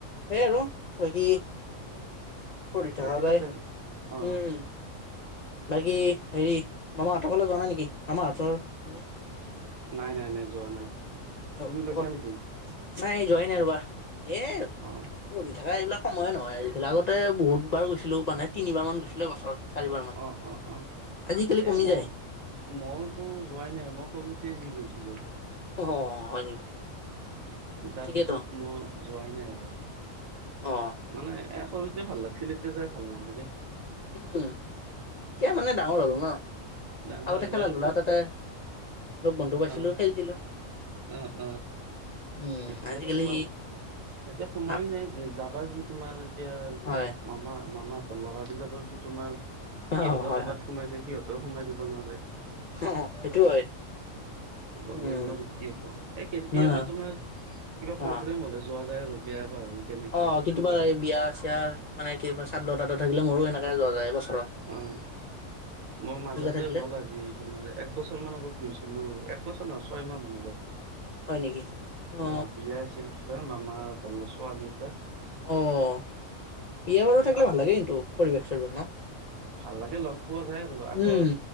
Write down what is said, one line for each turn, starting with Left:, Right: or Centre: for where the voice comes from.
Left: সেই আৰু বাকী- পঢ়ি থকা
Right: এইবিলাকে
Left: যায়,
Right: অ
Left: উম'। বাকী হেৰি মামাহঁতৰ ফালে যোৱা নাই নেকি? মামাহঁতৰ ফালে।
Right: নাই নাই নাই যোৱা নাই।
Left: অ
Right: তুমি গৈছা
Left: অ'
Right: নেকি
Left: নাই এই যোৱাই নাই ৰবা, এই-
Right: অ
Left: পঢ়ি থাকা এইবিলাক সময়ে নহয় আজিকালি, আগতে বহুত বাৰ গৈছিলো মানে তিনিবাৰ মান গৈছিলোৱে বছৰত। চাৰিবাৰ মান,
Right: অ অ অ
Left: আজিকালি
Right: এ
Left: কমি
Right: ম
Left: যায়।
Right: মইতো যোৱাই নাই মই সৰুতে যি গৈছিলো।
Left: অ', হয় নেকি?
Right: তাৰ
Left: ঠিকেইতো
Right: পিছত মই যোৱাই নাই আৰু
Left: অ
Right: মানে এ সৰুতে ভাল লাগিছিল। এতিয়া যাই ভাল নালাগে।
Left: উম', এতিয়া মানে ডাঙৰ হ'ল ন
Right: ডাঙৰ
Left: আগতে
Right: হ'ল
Left: খেলা
Right: আৰু
Left: ধূলা
Right: সু
Left: তাতে লগ বন্ধু পাইছিলো
Right: অ
Left: খেলিছিলো।
Right: অ অ
Left: উম
Right: এতিয়াতো
Left: আজিকালি
Right: তোমাৰ এতিয়া সময়
Left: নাপ
Right: নাই, যাবা কি তোমাৰ এতিয়া
Left: হয়
Right: মামা মামাহঁতৰ ল'ৰাবিলাকেওটো তোমাৰ
Left: হয়
Right: সিহঁতেও
Left: হয়
Right: ক'বাত
Left: হয়
Right: সোমাইছে সিহঁতেও সোমাই দিব নোৱাৰে।
Left: অ', সেইটো হয়।
Right: <unintelligible>
Left: উম
Right: এ, কেতিয়াবা
Left: অ
Right: তোমাৰ, কিবা প্ৰগ্ৰেম
Left: অ
Right: হলে যোৱা যায় আৰু <unintelligible>
Left: অ', কেতিয়াবা
Right: কিবা
Left: বিয়া চিয়া মানে কিবা চাদ্ধ তাদ্দ থাকিলে মোৰো সেনেকে যোৱা যায়। বছৰত
Right: অ', মই মাজতে
Left: থাকিলে
Right: হ'ল আজি তোমাৰ। এক বছৰ মান আগত গৈছিলো। একবছৰ নহয় ছয় মাহ মান আগত।
Left: হয় নেকি অ
Right: আমাৰ বিয়া আছিল। কিবা মামাহঁতৰ ছোৱালীৰ তাত
Left: অ', বিয়া বাৰু থাকিলে
Right: আছ
Left: ভাল লাগে কিন্তু পৰিৱেশ চৰিবেশ ন
Right: ভাল লাগে লগ পোৱা যায়, আৰু আগৰ
Left: উম